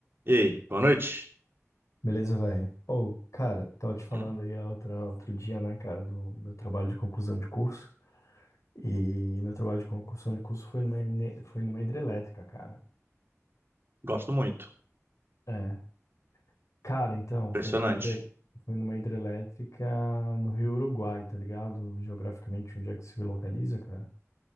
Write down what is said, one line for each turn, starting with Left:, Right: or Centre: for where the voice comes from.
Right: E aí, boa noite.
Left: Beleza, velho? Ou, cara, tava te falando
Right: Hum,
Left: aí a outra, outro dia, né, cara, do meu trabalho de conclusão de curso. E meu trabalho de conclusão de curso foi numa, ene- foi numa hidrelétrica, cara.
Right: Gosto muito.
Left: É. Cara, então,
Right: Impressionante.
Left: foi numa, hidre, foi numa hidrelétrica no Rio Uruguai, tá ligado? Geograficamente, onde é que se localiza, cara?